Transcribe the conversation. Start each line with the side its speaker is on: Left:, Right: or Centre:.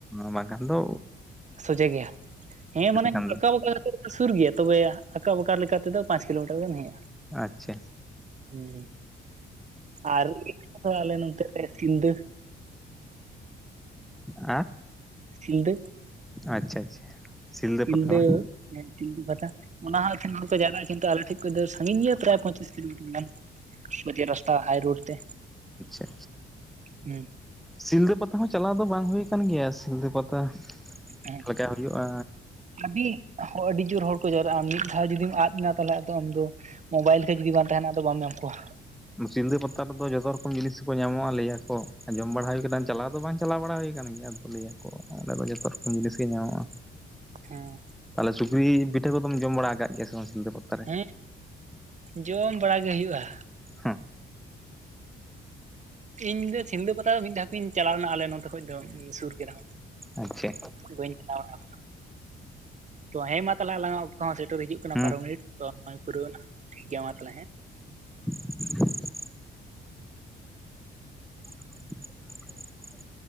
Centre: ᱵᱟᱝᱠᱷᱟᱱ ᱫᱚ
Right: ᱥᱚᱡᱷᱮ ᱜᱮᱭᱟ ᱦᱮᱸ ᱢᱟᱱᱮ
Centre: ᱞᱮᱠᱷᱟᱱ ᱫᱚ
Right: ᱚᱠᱟ ᱵᱟᱠᱟ ᱠᱟ ᱨᱮᱫᱚ ᱥᱩᱨ ᱜᱮᱭᱟ ᱛᱚᱵᱮ ᱟᱠᱟ ᱵᱟᱠᱟ ᱞᱮᱠᱟᱛᱮᱫᱚ ᱯᱟᱸᱪ ᱠᱤᱞᱳᱢᱤᱴᱟᱨ ᱜᱟᱱ ᱦᱩᱭᱩᱜᱼᱟ᱾
Centre: ᱟᱪᱪᱷᱟ
Right: ᱦᱮᱸ ᱟᱨ <unintelligible> ᱟᱞᱮ ᱱᱚᱛᱮ ᱨᱮ ᱥᱤᱞᱫᱟᱹ
Centre: ᱟᱸ
Right: ᱥᱤᱞᱫᱟᱹ
Centre: ᱟᱪᱪᱷᱟ ᱟᱪᱪᱷᱟ
Right: ᱥᱤᱞᱫᱟᱹ
Centre: ᱯᱟᱛᱟ ᱵᱟᱝ
Right: ᱦᱮᱸ ᱥᱤᱞᱫᱟᱹ ᱯᱟᱴᱟ ᱚᱱᱟ ᱦᱚᱸ ᱮᱠᱷᱟᱱ ᱦᱚᱲ ᱠᱚ ᱡᱟᱣᱨᱟᱜᱼᱟ ᱠᱤᱱᱛᱩ ᱟᱞᱮ ᱴᱷᱮᱡ ᱠᱟᱹᱡ ᱫᱚ ᱥᱟᱺᱜᱤᱧ ᱜᱮᱭᱟ ᱯᱨᱟᱭ ᱯᱚᱸᱪᱤᱥ ᱠᱤᱞᱳᱢᱤᱴᱟᱨ ᱜᱟᱱ ᱥᱚᱡᱷᱮ ᱨᱟᱥᱛᱟ ᱦᱟᱭ ᱨᱳᱰ ᱛᱮ᱾
Centre: ᱟᱪᱪᱷᱟ
Right: ᱦᱩᱸ
Centre: ᱥᱤᱞᱫᱟᱹ ᱯᱟᱛᱟ ᱦᱚᱸ ᱪᱟᱞᱟᱣ ᱫᱚ ᱵᱟᱝ ᱦᱩᱭ ᱟᱠᱟᱱ ᱜᱮᱭᱟ ᱥᱤᱞᱫᱟᱹ ᱯᱟᱛᱟ
Right: ᱦᱮᱸ
Centre: ᱞᱮᱠᱟ ᱦᱩᱭᱩᱜᱼᱟ᱾
Right: ᱟᱹᱰᱤ ᱟᱹᱰᱤ ᱡᱳᱨ ᱦᱚᱲ ᱠᱚ ᱡᱟᱣᱨᱟᱜᱼᱟ, ᱢᱤᱫ ᱫᱷᱟᱣ ᱡᱩᱫᱤᱢ ᱟᱫ ᱮᱱᱟ ᱛᱟᱞᱦᱮ ᱟᱫᱚ ᱟᱢ ᱫᱚ ᱢᱳᱵᱟᱭᱤᱞ ᱠᱚ ᱡᱩᱫᱤ ᱵᱟᱝ ᱛᱟᱦᱮᱱᱟ ᱟᱫᱚ ᱵᱟᱢ ᱧᱟᱢ ᱠᱚᱣᱟ᱾
Centre: ᱥᱤᱞᱫᱟᱹ ᱯᱟᱛᱟ ᱨᱮᱫᱚ ᱡᱚᱛᱚ ᱨᱚᱠᱚᱢ ᱡᱤᱱᱤᱥ ᱠᱚ ᱧᱟᱢᱚᱜᱼᱟ ᱞᱟᱹᱭ ᱟᱠᱚ ᱟᱸ ᱡᱚᱢ ᱵᱟᱲᱟ ᱦᱩᱭ ᱟᱠᱟᱱᱟ ᱪᱟᱞᱟᱣ ᱫᱚ ᱵᱟᱝ ᱪᱟᱞᱟᱣ ᱵᱟᱲᱟ ᱦᱩᱭᱠᱟᱱ ᱜᱮᱭᱟ ᱟᱫᱚ ᱞᱟᱹᱭᱟᱠᱚ ᱚᱸᱰᱮ ᱫᱚ ᱡᱚᱛᱚ ᱨᱚᱠᱚᱢ ᱡᱤᱱᱤᱥ ᱜᱮ ᱧᱟᱢᱚᱜᱼᱟ᱾
Right: ᱦᱮᱸ
Centre: ᱛᱟᱞᱮ ᱥᱩᱠᱨᱤ ᱯᱤᱴᱷᱟᱹ ᱠᱚᱫᱚᱢ ᱡᱚᱢ ᱵᱟᱲᱟ ᱟᱠᱟᱜ ᱜᱮᱭᱟ ᱥᱮ ᱵᱟᱝᱟ ᱥᱤᱞᱫᱟᱹ ᱯᱟᱛ
Right: ᱦᱮᱸ ᱡᱚᱢ ᱵᱟᱲᱟᱜ ᱜᱮ ᱦᱩᱭᱩᱜᱼᱟ᱾
Centre: ᱦᱩᱸ
Right: ᱤᱧ ᱫᱚ ᱥᱤᱞᱫᱟᱹ ᱯᱟᱛᱟ ᱫᱚ ᱢᱤᱫ ᱫᱷᱟᱣ ᱜᱤᱧ ᱪᱟᱞᱟᱣ ᱞᱮᱱᱟ ᱟᱞᱮ ᱱᱚᱛᱮ ᱠᱷᱚᱡ ᱫᱚ ᱥᱩᱨ ᱜᱮ ᱨᱮᱦᱚᱸ᱾
Centre: ᱟᱪᱪᱷᱟ
Right: ᱵᱟᱹᱧ ᱪᱟᱞᱟᱣ ᱵᱟᱲᱟ ᱠᱟᱱᱟ ᱛᱚ ᱦᱮᱸ ᱢᱟ ᱛᱟᱞᱦᱮ ᱟᱞᱟᱝᱟᱜ ᱚ ᱛᱚᱦᱚᱸ ᱥᱮᱴᱮᱨ ᱦᱤᱡᱩᱜ ᱠᱟᱱᱟ
Centre: ᱦᱮᱸ
Right: ᱵᱟᱨᱚ ᱢᱤᱱᱤᱴ ᱛᱚ ᱦᱚᱸᱜᱼᱚᱭ ᱯᱩᱨᱟᱹᱣ ᱮᱱᱟ ᱴᱷᱤᱠ ᱜᱮᱭᱟ ᱢᱟ ᱛᱟᱞᱦᱮ ᱦᱮᱸ᱾
Centre: <unintelligible> <unintelligible>